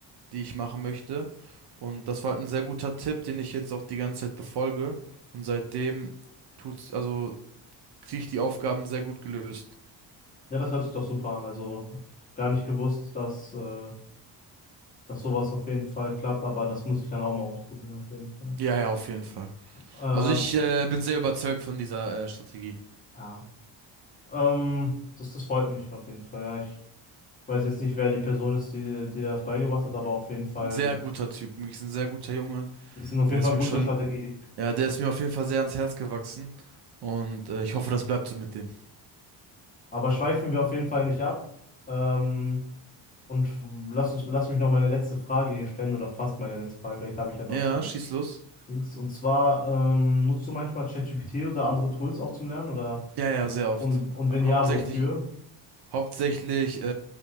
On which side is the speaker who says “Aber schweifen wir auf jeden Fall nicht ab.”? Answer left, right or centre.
Left